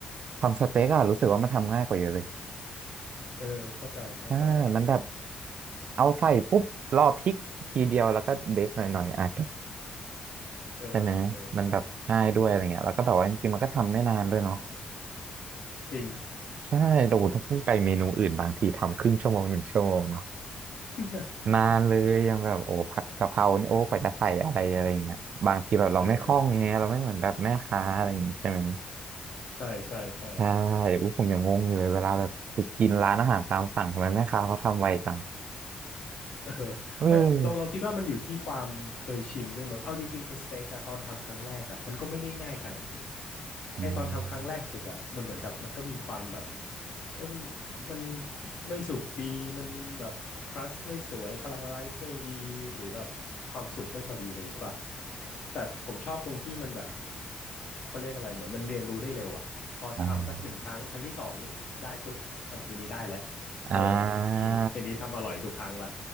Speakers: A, on the right; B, on the left.
A: ทำสเต็กอะรู้สึกว่ามันทำง่ายกว่าเยอะเลย
B: เออ เข้าใจเข้าใจ
A: ใช่มันแบบเอาใส่ปุ๊บรอพริกทีเดียวแล้วก็เดซหน่อยๆอ่ะ
B: เออเออใช่
A: ใช่ไหมมันแบบง่ายด้วยอะไรเงี้ยแล้วก็แบบว่าจริงๆมันก็ทำไม่นานด้วยเนาะ
B: จริง
A: ใช่โอ้โหถ้าเพิ่งไปเมนูอื่นบางทีทำครึ่งชั่วโมงหนึ่งชั่วโมงเนาะ
B: <laughs>
A: นานเลยยังแบบโอ้ผัดกะเพรานี่โอ้กว่าจะใส่อะไรอะไรเงี้ยบางทีแบบเราไม่คล่องเงี้ยเราไม่เหมือนแบบแม่ค้าอะไรอย่างงี้ใช่ไหม
B: เออใช่ใช่ใช่
A: ใช่อู้ผมยังงงอยู่เลยเวลาแบบไปกินร้านอาหารตามสั่งทำไมแม่ค้าเขาทำไวจัง
B: เออ
A: เออ
B: ไม่เราเราคิดว่ามันอยู่ที่ความเคยชินด้วยมั้งเอาจริงๆไอ้สเต็กอะตอนทำครั้งแรกอะมันก็ไม่ได้ง่ายขนาดนี้
A: อืม
B: ไอ้ตอนทำครั้งแรกสุดอะมันเหมือนกับมันก็มีความแบบเอมมันไม่สุกดีมันแบบครัสไม่สวยคาราเมลไรซ์ไม่ดีหรือแบบความสุกไม่พอดีอะไรอย่างงี้ใช่ป่ะแต่ผมชอบตรงที่มันแบบเขาเรียกอะไรเหมือนมันเรียนรู้ได้เร็วอะพอทำสักหนึ่งครั้งครั้งที่สองนี่ได้ปุ๊บเออทีนี้ได้แล้ว
A: อ่า
B: เออ
A: อ่า
B: ทีนี้ทีนี้ทำอร่อยทุกครั้งละ